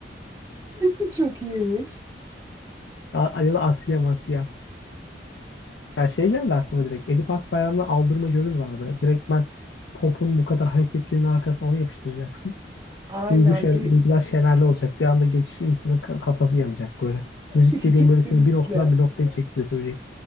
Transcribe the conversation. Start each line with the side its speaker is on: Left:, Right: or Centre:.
Right: <laughs> Çok iyiymiş.
Left: Ya ya da Asiye Masiye. Ya şey geldi aklıma direkt. Edip Akbayram'dan Aldırma Gönül vardı. Direktmen popun bu kadar hareketliliğinin arkasına onu yapıştıracaksın.
Right: Aynen
Left: Duygu şer,
Right: bir
Left: duygular şelale olacak. Bir anda geçişin insanın ka- kafası yanacak böyle.
Right: <laughs>
Left: Müzik dediğim
Right: kesinlikle.
Left: böyle seni bir noktadan bir noktaya çekip götürecek.